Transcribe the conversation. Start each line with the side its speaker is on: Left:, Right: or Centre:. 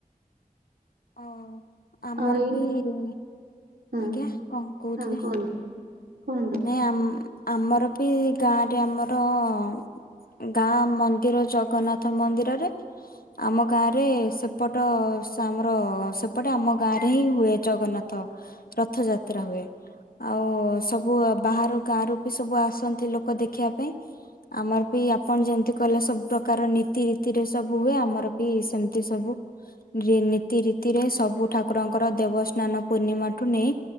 Left: ଓ। ଆମର
Right: ଆଉ ଏଇ
Left: ବି ଇ
Right: ହଁ
Left: ଆଜ୍ଞା କଣ କହୁଥିଲେ
Right: ହଁ କୁହନ୍ତୁ କୁହନ୍ତୁ
Left: ନାଇ ଆମ୍ ଆମର ବି ଇ ଗାଁରେ ଆମର ଅ ଗାଁ ମନ୍ଦିର ଜଗନ୍ନାଥ ମନ୍ଦିରରେ ଆମ ଗାଁରେ ସେପଟ ସାମ ର ଅ ସେପଟେ ଆମ ଗାଁ ରେ ହିଁ ହୁଏ ଜଗନ୍ନାଥ ରଥଯାତ୍ରା ହୁଏ, ଆଉ ଉ ସବୁ ବାହାର ଗାଁ ରୁ ବି ସବୁ ଆସନ୍ତି ଲୋକ ଦେଖିଆ ପାଇଁ ଆମର ବି ଆପଣ ଯେମିତି କହିଲେ ସବୁ ପ୍ରକାର ନୀତି ରୀତିରେ ସବୁ ହୁଏ ଆମର ବି ସେମିତି ସବୁ ରିନି ତି ରିତିରେ ସବୁ ଠାକୁରଙ୍କର ଦେବସ୍ନାନ ପୂର୍ଣ୍ଣିମା ଠୁ ନେଇ